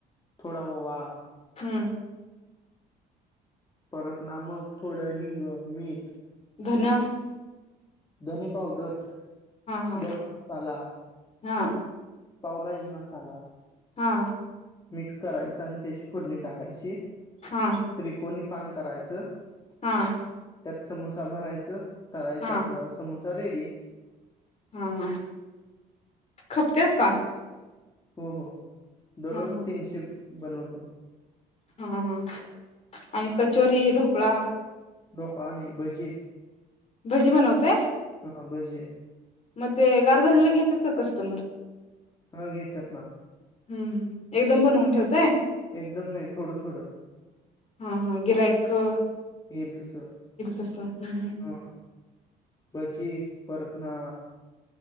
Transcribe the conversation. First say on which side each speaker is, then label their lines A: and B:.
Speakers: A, on the left; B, on the left.
A: थोडा ओवा
B: हम्म
A: परत नामक थोडं, हिंग मीठ
B: धनं
A: धने पावडर,
B: हा
A: गरम मसाला
B: हा
A: पावभाजी मसाला
B: हा
A: मिक्स करायचं आणि त्याची फोडणी टाकायची.
B: हा
A: त्रिकोणी पान करायचं
B: हा
A: त्यात समोसा भरायचं तळायचं
B: हा
A: आपल्याला समोसा रेडी
B: हा हा खपत्यात का?
A: हो हो दररोज
B: हा
A: तीनशे बनवतो.
B: हा हा आणि कचोरी ढोकळा?
A: ढोकळा आणि भजी
B: भजी बनवताय?
A: हा भजी आहे.
B: मग ते गार झालेला घेत्यात का कस्टमर?
A: हा घेतात ना
B: हम्म हम् एकदम बनवून ठेवताय?
A: एकदम नाही थोडं थोडं
B: हा हा गिराईक येईल
A: येईल तसं,
B: तसं हम्म हम्म
A: हा भजी आहे. परत ना